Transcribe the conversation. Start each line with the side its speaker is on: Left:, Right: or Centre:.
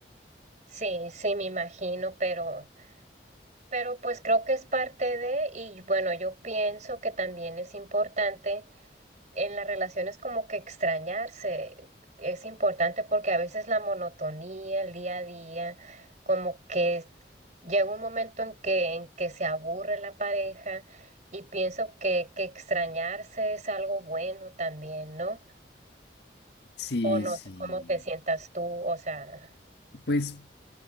Right: Sí, sí, me imagino, pero, pero pues creo que es parte de, y bueno, yo pienso que también es importante en las relaciones como que extrañarse, es importante porque a veces la monotonía, el día a día, como que llega un momento en que, en que se aburre la pareja y pienso que, que extrañarse es algo bueno también, ¿no?
Left: Sí,
Right: o no
Left: sí.
Right: sé cómo te sientas tú, o sea,
Left: Pues.